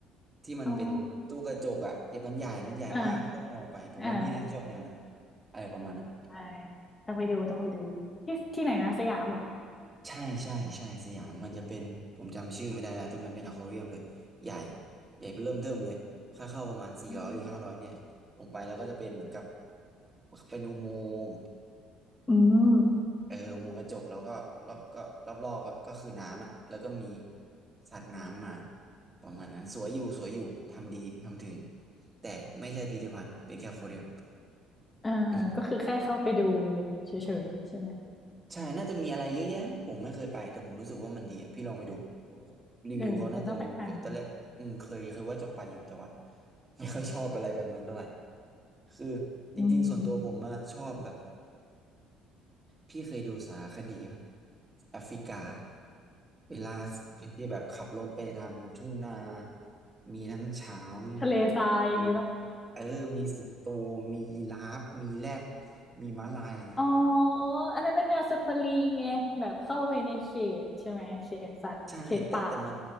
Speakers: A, on the right; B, on the left.
A: ที่มันเป็นตู้กระจกอ่ะเดี๋ยวมันใหญ่มันใหญ่มากต้องลองไปผมว่าพี่น่าจะชอบแนวนั้น
B: อ๋ออ่าอ่า
A: อะไรประมาณนั้น
B: ใช่ต้องไปดูต้องไปดูที่ที่ไหนนะสยามเหรอ
A: ใช่ใช่ใช่สยามมันจะเป็นผมจำชื่อไม่ได้แล้วแต่มันเป็นอควาเรียมเลยใหญ่ใหญ่เริ่มเทิ่มเลยค่าเข้าประมาณสี่ร้อยหรือห้าร้อยเนี่ยลงไปแล้วก็จะเป็นเหมือนกับ
B: อืม
A: เป็นอุโมงค์
B: อืม
A: เอออุโมงค์กระจกแล้วก็รอบก็รอบรอบก็ก็คือน้ำอ่ะแล้วก็มีสัตว์น้ำมาประมาณนั้นสวยอยู่สวยอยู่ทำดีทำถึงแต่ไม่ใช่พิพิธภัณฑ์เป็นแค่อควาเรีย
B: เออก็คือแค่เข้าไปดู
A: ม
B: เฉยๆใช่ไหม
A: ใช่น่าจะมีอะไรเยอะแยะมั้งผมไม่เคยไปแต่ผมรู้สึกว่ามันดีอ่ะพี่ลองไปดูรีวิวเขาน่าจะรีวิวเยอะตอนแรกอืมเคยเคยว่าจะไปอยู่แต่ว่า
B: เออเดี๋ยวต้องไปหา
A: <laughs> ไม่ค่อยชอบอะไรแบบนั้นเท่าไหร่คือจริงๆส่วนตัวผมอะชอบแบบ
B: อืม
A: พี่เคยดูสารคดีปะแอฟริกาเวลาที่แบบขับรถไปทำทุ่งนามีทั้งช้าง
B: ทะเลทรายอย่างงี้ปะ
A: มีเออมีสิงโตมียีราฟมีแรดมีม้าลายอะไรเงี้ย
B: อ๋ออันนั้นเป็นแนวสปารีไงแบบเข้าไปในเขตใช่ไหมเขตสัตว์เขตป่า
A: ใช่แต่แต่มัน